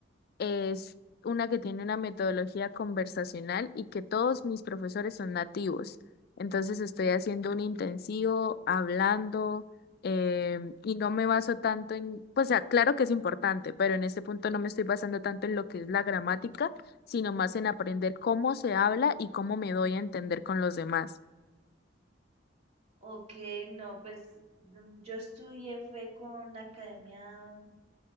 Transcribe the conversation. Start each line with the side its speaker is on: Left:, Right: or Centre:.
Left: es una que tiene una metodología conversacional y que todos mis profesores son nativos. Entonces estoy haciendo
Right: Mm.
Left: un intensivo, hablando, em, y no me baso tanto en, pues ah, claro que es importante, pero en este punto no me estoy basando tanto en lo que es la gramática, sino más en aprender cómo se habla y cómo me doy a entender con los demás.
Right: Ok, no, pues mm, yo estudié fue con la academia,